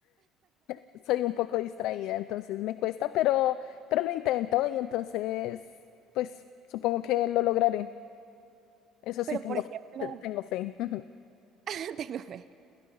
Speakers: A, on the left; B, on the right.
A: <laughs> Soy un poco distraída, entonces me cuesta, pero, pero lo intento y entonces, pues supongo que lo lograré. Eso sí,
B: Pero
A: tengo,
B: por ejemplo,
A: tengo fe. <laughs>
B: <laughs> tengo fe.